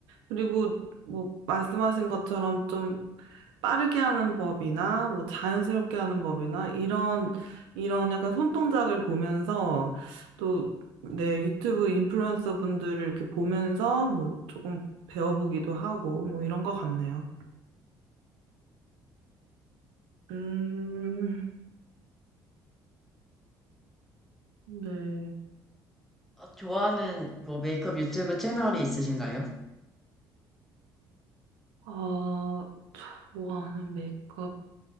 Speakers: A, on the right; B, in the centre.
A: 그리고 뭐 말씀하신 것처럼 좀 빠르게 하는 법이나 뭐 자연스럽게 하는 법이나 이런 이런 약간 손동작을 보면서 또 내 유튜브 인플루언서 분들을 이렇게 보면서 뭐 조금 배워보기도 하고 뭐 이런 것 같네요. 음, 네.
B: 아, 좋아하는 뭐 메이크업 유튜브 채널이 있으신가요?
A: 아, 좋아하는 메이크업